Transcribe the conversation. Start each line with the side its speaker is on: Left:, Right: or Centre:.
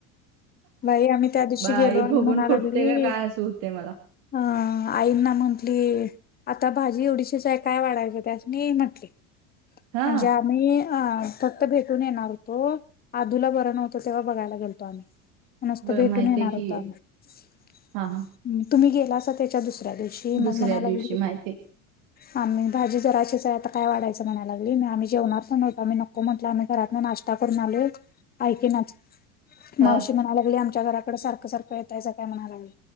Left: भाई आम्ही त्या दिवशी
Right: बाई
Left: गेलो आणि
Right: फुगून
Left: म्हणाला
Right: फुटते
Left: गेरी,
Right: का काय असं होते मला
Left: आईना म्हटली. आता भाजी एवढीशीच आहे काय वाढायच ते असं मी म्हटले.
Right: हा
Left: म्हणजे आम्ही‌, भेटून येणार होतो आदूला बर नवतो तेव्हा बघायला घेलतो आम्ही, नसत
Right: ब
Left: भेटून
Right: माहितीये
Left: येणार होता
Right: की
Left: आम्ही
Right: हा हा
Left: तुम्ही गेला अस त्याच्या दुसऱ्या दिवशी ते
Right: दुसऱ्या
Left: मग म्हणायलाग.
Right: दिवशी माहितीये
Left: आम्ही भाजी जराचीच आहे आता काय वाढयं म्हणाय लागलीग आम्ही जेवणार प नव्हत आही नको. म्हटलं आम्ही घरात नाश्ता करून आलो ऐक ना मावशी
Right: हा
Left: म्हणालागली आमच्या घराकड सारखं सारखं येतायच काय म्हणालाग